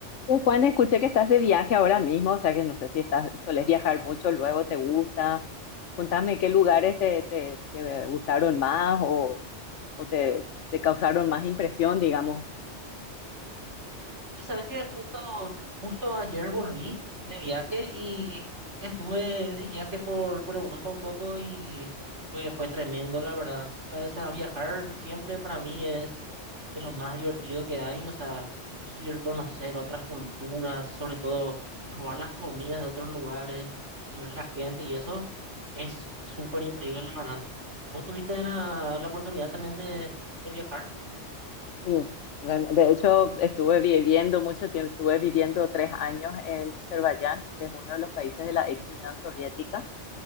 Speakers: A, on the left; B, on the right.
A: Eh, Juan, escuché que estás de viaje ahora mismo, o sea que no sé si estás, solés viajar mucho, luego te gusta. Contame qué lugares te, te, te gustaron más o, o te, te causaron más impresión, digamos.
B: Y sabes que justo, justo ayer volví de viaje y estuve de viaje por, por Europa un poco y pues fue tremendo, la verdad. O sea, viajar siempre para mí es de lo más divertido que hay. O sea, ir, conocer otras culturas, sobre todo probar las comidas de otros lugares y ver la gente y eso es súper increíble, la verdad. ¿Vos tuviste la, la oportunidad también de, de viajar?
A: Sí. Re- De hecho, estuve viviendo mucho tiempo, estuve viviendo tres años en Azerbaiyán, que es uno de los países de la ex Unión Soviética.